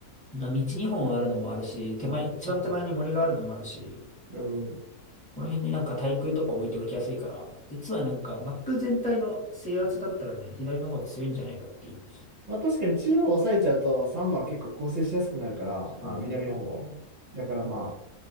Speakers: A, in the centre; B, on the right.
A: う、な道2本あるのもあるし、手前、一番手前に森があるのもあるし、
B: うん。うん。
A: この辺になんか対空とか置いておきやすいから、実はなんかマップ全体の制圧だったらね、左の方が強いんじゃないかっていう。
B: まあ確かに中央を抑えちゃうと3番結構構成しやすくなるから、
A: そうそうそう。
B: あ、南の方。だからま
A: うん。